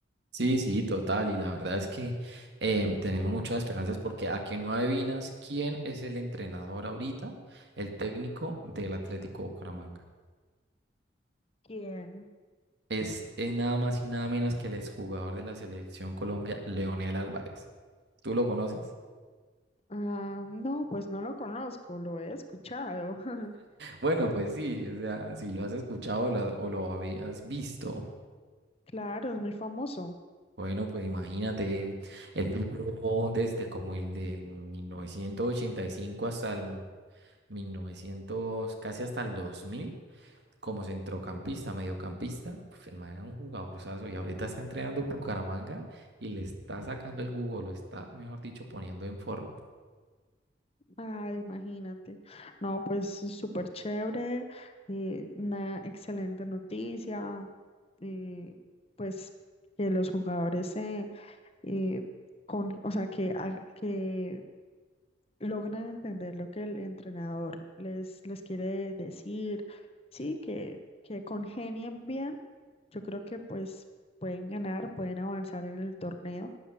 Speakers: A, on the right; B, on the left.
A: Sí, sí, total. Y la verdad es que em, tenemos muchas esperanzas porque a que no adivinas quién es el entrenador ahorita, el técnico del Atlético Bucaramanga.
B: ¿Quién?
A: Es eh, nada más y nada menos que el exjugador de la selección Colombia, Leonel Álvarez. ¿Tú lo conoces?
B: Ah, no, pues no lo conozco, lo he escuchado. <laughs>
A: Bueno, pues sí, o sea, si lo has escuchado o lo, o lo habías visto.
B: Claro, es muy famoso.
A: Bueno, pues imagínate, él, él vivió desde como el del 1985 hasta el 1900 casi hasta el 2000. como centrocampista, mediocampista, pues el man era un jugadorzazo y ahorita está entrenando en Bucaramanga y le está sacando el jugo, lo está, mejor dicho, poniendo en forma.
B: Ah, imagínate. No, pues es súper chévere, eh, una excelente noticia, eh, pues que los jugadores se, eh, con, o sea, que, ha- que logren entender lo que el entrenador les, les quiere decir, sí, que, que congenien bien Yo creo que pues pueden ganar, pueden avanzar en el torneo.